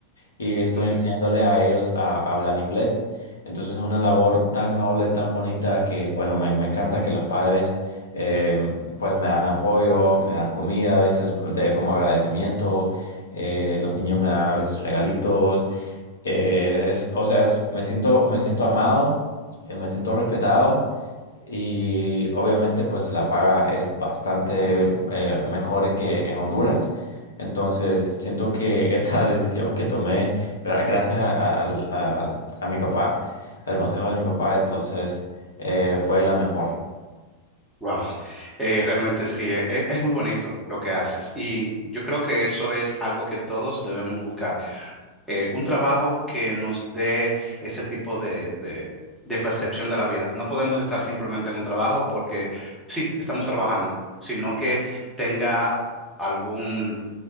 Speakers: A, on the left (about 70°); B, in the centre.
A: y estoy
B: Ujú.
A: enseñándole a ellos a, a hablar inglés. Entonces es una labor tan noble, tan bonita, que bueno, me, me encanta que los padres eh, pues me dan apoyo, me dan comida a veces de, como agradecimiento, eh, los niños me dan a veces regalitos. Eh, es, o sea, es- me siento, me siento amado, eh, me siento respetado y obviamente pues la paga es bastante eh, mejor que en Honduras. Entonces siento que esa <laughs> decisión que tomé gra- gracias a, a- al- a- a mi papá, al consejo de mi papá, entonces eh, fue la mejor.
B: Wow, Eh, realmente sí, e- e- es, muy bonito lo que haces y yo creo que eso es algo que todos debemos buscar, eh, un trabajo que nos dé ese tipo de, de, de percepción de la vida. No podemos estar simplemente en un trabajo porque sí, estamos trabajando, sino que tenga algún,